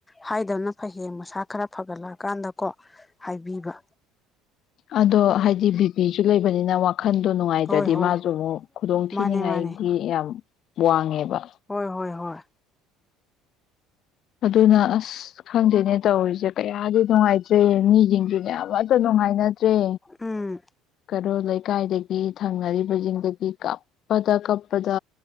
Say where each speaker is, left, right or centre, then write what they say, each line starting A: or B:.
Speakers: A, on the left; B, on the left.
A: ꯍꯥꯏꯗꯕꯅ ꯐꯌꯦꯡ ꯃꯁꯥ ꯈꯔ ꯐꯒꯠꯂꯛꯑꯀꯥꯟꯗꯀꯣ ꯍꯥꯏꯕꯤꯕ
B: ꯑꯗꯣ ꯍꯥꯏꯗꯤ ꯕꯤ ꯄꯤꯁꯨ ꯂꯩꯕꯅꯤꯅ ꯋꯥꯈꯟꯗꯣ ꯅꯨꯡꯉꯥꯏꯗ꯭ꯔꯗꯤ
A: ꯍꯣꯏ ꯍꯣꯏ
B: ꯃꯥꯁꯨ ꯑꯃꯨꯛ ꯈꯨꯗꯣꯡ ꯊꯤꯅꯤꯡꯉꯥꯏꯒꯤ
A: ꯃꯥꯅꯦ ꯃꯥꯅꯦ
B: ꯌꯥꯝ ꯋꯥꯡꯉꯦꯕ
A: ꯍꯣꯏ ꯍꯣꯏ ꯍꯣꯏ
B: ꯑꯗꯨꯅ ꯑꯁ ꯈꯪꯗꯦꯅꯦ ꯇꯧꯔꯤꯁꯦ ꯀꯌꯥꯗꯤ ꯅꯨꯡꯉꯥꯏꯇ꯭ꯔꯦ ꯃꯤꯁꯤꯡꯁ ꯃꯌꯥꯝ ꯑꯃꯇ ꯅꯨꯡꯉꯥꯏꯅꯗ꯭ꯔꯦ
A: ꯎꯝ
B: ꯑꯗꯣ ꯂꯩꯀꯥꯏꯗꯒꯤ ꯊꯪꯅꯔꯤꯕꯁꯤꯡꯗꯒꯤ ꯀꯞꯄꯗ ꯀꯥꯞꯄꯗ